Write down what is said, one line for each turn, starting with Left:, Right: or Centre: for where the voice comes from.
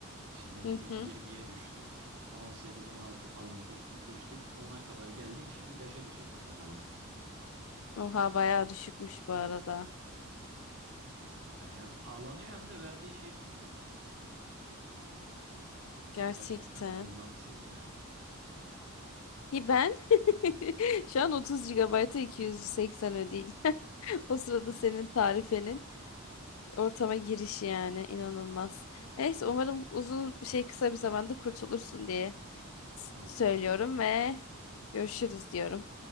Right: İşte ne
Left: Hı
Right: bileyim
Left: hı.
Right: 20'ye düştük. 18-16 falan düştük düştük. 10'a kadar geldik. Şimdi 5'e düşeceğiz herhalde.
Left: Oha bayağı düşükmüş bu arada.
Right: Hani hem pahalanıyor hem de verdiği şey düşüyor.
Left: Gerçekten.
Right: Gerçekten anlamsız ya.
Left: Ki ben <laughs> şu an 30 GB'a 280 ödeyeceğim. <laughs> O sırada senin tarifenin ortama girişi yani inanılmaz. Neyse
Right: E, gerçekten
Left: umarım uzun
Right: öyle.
Left: bir şey kısa bir zamanda kurtulursun diye s-
Right: Evet
Left: söylüyorum
Right: inşallah.
Left: ve görüşürüz diyorum.